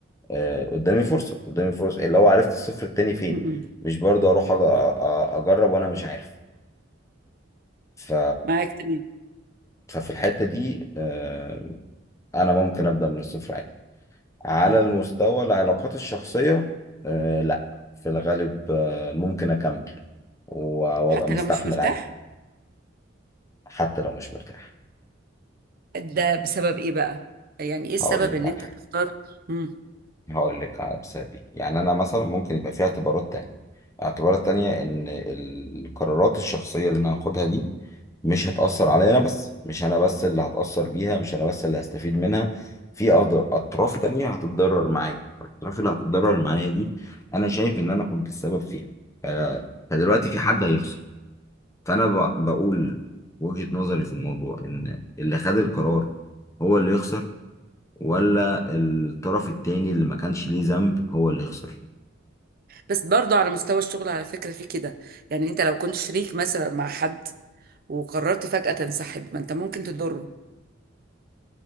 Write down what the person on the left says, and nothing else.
آه، قدامي فرصه قدامي فرصه اللي هو عرفت الصفر التاني فين
مش برضو اروح أج- أ- اجرب وانا مش عارف ف
ففي الحته دي آه، انا ممكن ابدا من الصفر عادي على
المستوى العلاقات الشخصيه آه، لا في الغالب آه، ممكن اكمل و- وابقى
مستحمل
عادي حتى لو مش مرتاح
هقول لك
على
حاجه
هقول لك على بسبب ايه يعني انا مثلا ممكن يبقى فيها اعتبارات تانية اعتبارات تانية ان القرارات الشخصية اللي انا هاخدها دي مش هتأثر عليا انا بس مش انا بس اللي هتأثر
بيها مش انا بس اللي هستفيد منها في أض- اطراف تانية هتتضرر معايا الاطراف اللي هتتضرر معايا دي انا شايف ان انا كنت السبب فيها ف- فدلوقتي في حد هيخسر فانا ب- بقول وجهة نظري في الموضوع ان اللي خد القرار هو اللي يخسر ولا الطرف التاني اللي ما كانش ليه ذنب هو اللي يخسر